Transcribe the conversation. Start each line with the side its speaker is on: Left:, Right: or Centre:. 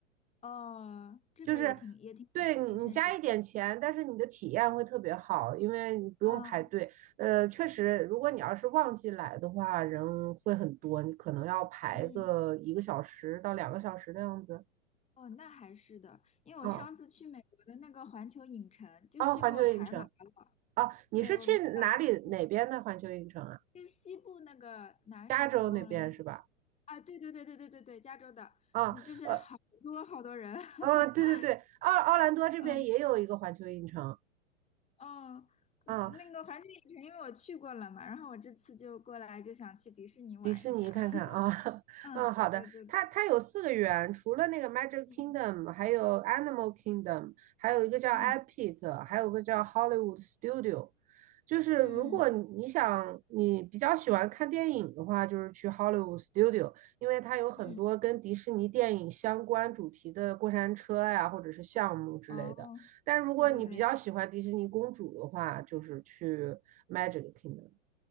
Left: 哦，这个也挺也挺好的，
Right: 就是对你你加一点钱，
Left: 节省时间
Right: 但是你的体验会特别好，因为你不用排队。
Left: 啊，
Right: 呃，确实，如果你要是旺季来的话，人会很多，你可能要排个一个小时到两个小时的样子。
Left: 嗯，哦，那还是的，因为我上次去美国的那个环球影城，
Right: 啊
Left: 就是给我排满了，
Right: 啊，环球影城啊，你是去哪里哪边的环球影城啊？
Left: 对，我没买那个票，就是西部那个哪个城市我忘了，
Right: 加州那边是吧？
Left: 啊，对对对对对对对，加州的，
Right: 啊、
Left: 嗯，就是好多好多人，
Right: 呃。
Left: <laughs>
Right: 啊，对对对，奥奥兰多这边也有一个环球影城
Left: 嗯。哦，
Right: 啊，
Left: 那个环球影城，因为我去过了嘛，然后我这次就过来就想去迪士尼玩一下。
Right: 迪士尼看看啊，
Left: <laughs>
Right: <laughs>
Left: 嗯，
Right: 嗯，好的，
Left: 对对对对，
Right: 它它有四个园，除了那个 Magic
Left: 嗯
Right: Kingdom，还有 Animal Kingdom，还有一个叫
Left: 嗯
Right: Epic，还有个叫 Hollywood Studio。就是如果你想你比较喜欢看电影的话，
Left: 嗯
Right: 就是去 Hollywood Studio，因为它有很多跟迪士尼电影相关主题的过山车呀，
Left: 嗯，
Right: 或者是项目之类的。
Left: 哦，
Right: 但如果你比较喜欢迪士尼公主的话，
Left: 对对对，
Right: 就是去 Magic Kingdom